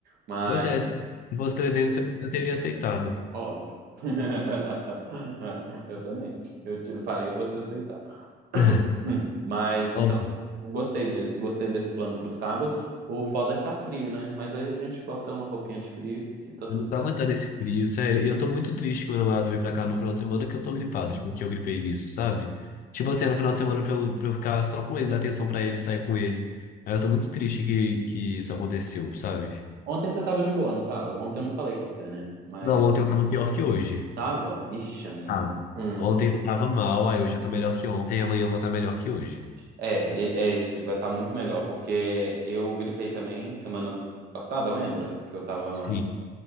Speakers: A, on the right; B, on the left.
A: Mas,
B: Pois é, se fosse trezentos eu, eu teria aceitado.
A: óbvio. <laughs> Eu também. Eu te- faria você aceitar.
B: <laughs>
A: Hum, Mas,
B: Ó,
A: então, gostei disso. Gostei desse plano pro sábado. O foda é que tá frio, né? Mas aí a gente bota uma roupinha de frio e tá tudo
B: eu não tô
A: certo.
B: aguentando esse frio, sério. E eu tô muito triste que meu namorado veio pra cá no final de semana que eu tô gripado, tipo, que eu gripei nisso, sabe? Tipo assim, era no final de semana pra eu, pra eu ficar só com ele, dar atenção pra ele, sair com ele. Aí eu tô muito triste que, que isso aconteceu, sabe?
A: Ontem você tava de boa, não tava? Ontem eu não falei com você, né? Mas,
B: Não, ontem eu tava pior que hoje.
A: tava? Ixi, amigo.
B: Ah,
A: Hum.
B: Ontem eu tava mal, aí hoje eu tô melhor que ontem, e amanhã eu vou estar melhor que hoje.
A: É, é, é isso, vai estar muito melhor, porque eu gripei também semana passada, lembra? Que eu tava
B: Sim,